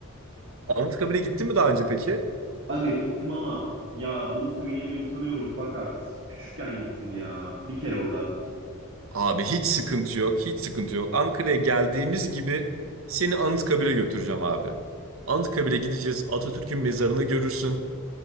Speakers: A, on the right; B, on the right.
A: Anıtkabir'e gittin mi daha önce peki?
B: Aga gittim ama ya bunu söylemeye utanıyorum fakat küçükken gittim ya. Bir kere o da.
A: Abi hiç sıkıntı yok, hiç sıkıntı yok. Ankara'ya geldiğimiz gibi seni Anıtkabir'e götüreceğim abi. Anıtkabir'e gideceğiz, Atatürk'ün mezarını görürsün.